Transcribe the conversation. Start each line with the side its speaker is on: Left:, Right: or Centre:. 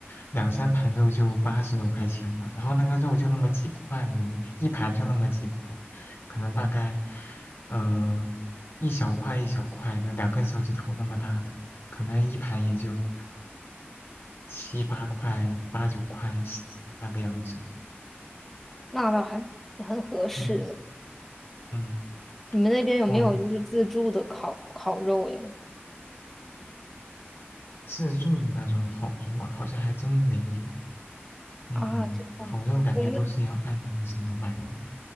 Left: 两三盘肉就八十多块钱了，然后那个肉就那么几块，也没一盘就那么几块，可能大概呃一小块一小块的，两根手指头那么大的，可能一盘也就七八块、八九块是那个样子。
Centre: 那倒还不是很合适呢。
Left: 嗯嗯。
Centre: 你们那边有没有就是自助的烤烤肉呀？
Left: 哦，自助的那种烤肉啊，好像还真没有。嗯，
Centre: 啊，这
Left: 烤肉感觉都是要按那个什么买的。
Centre: 我们